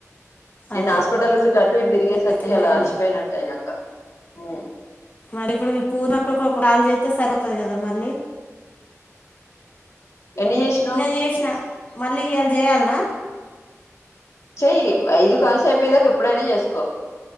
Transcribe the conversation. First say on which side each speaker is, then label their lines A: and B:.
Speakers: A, on the left (about 70°); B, on the left (about 30°).
A: నిన్న
B: అదే
A: హాస్పిటల్ చుట్టు అటు ఇటు తిరిగేసరికి
B: అయితే మేలే
A: ఇలా అలచిపోయినట్టు అయిన అక్క మ్
B: మరి ఇప్పుడు మీ పూర్ణ అక్కకో ఒక కాల్ చేస్తే సరిపోత అది కదా మళ్ళీ
A: ఎన్ని చేసినావ్
B: నిన్న చేసిన మళ్ళీ ఇ యళ్ చేయాల్ నా
A: చెయ్యి ఐదు కాల్స్ అయిపోయేదాక ఎప్పుడై అయినా చేసుకో